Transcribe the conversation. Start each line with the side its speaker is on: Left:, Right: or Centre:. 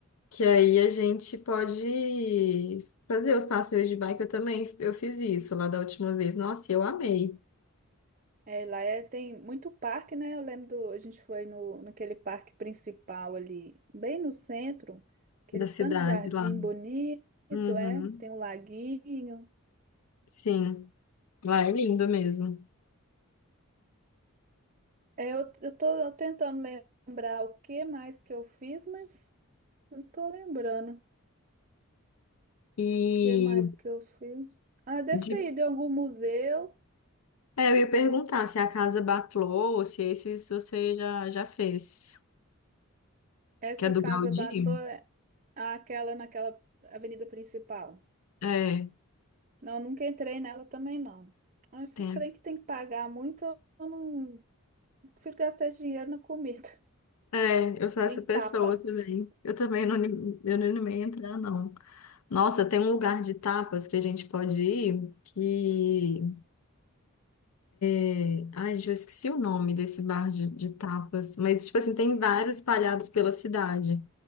Left: Que aí a gente pode fazer os passeios de bike. Eu também, eu fiz isso lá da última vez. Nossa, e eu amei
Right: é, lá é- tem muito parque, né? Eu lembro do, a gente foi no, naquele parque principal ali, bem no centro, aquele
Left: da cidade
Right: tanto de jardim
Left: lá.
Right: bonito,
Left: Uhum.
Right: é, tem um laguinho.
Left: Sim, lá é lindo mesmo.
Right: É, eu, eu tô tentando lembrar o que mais que eu fiz, mas não tô lembrando.
Left: E
Right: que mais que eu fiz? Ah, deve
Left: de...
Right: ter ido em algum museu.
Left: é, eu ia perguntar se a casa Batlô ou se esses você já, já fez.
Right: Essa
Left: Que é do
Right: casa
Left: Gaudí?
Right: Batlló, é aquela naquela avenida principal.
Left: É,
Right: Não, nunca entrei nela também, não. Ah, Esses
Left: tem.
Right: trem que tem que pagar muito, eu não prefiro gastar esse dinheiro na comida,
Left: É, eu sou essa
Right: <laughs> em
Left: pessoa
Right: tapas.
Left: também. Eu também não, anim- eu não animei a entrar, não. Nossa, tem um lugar de tapas que a gente pode ir que. é, Ai, gente, eu esqueci o nome desse bar de, de tapas. Mas, tipo assim, tem vários espalhados pela cidade.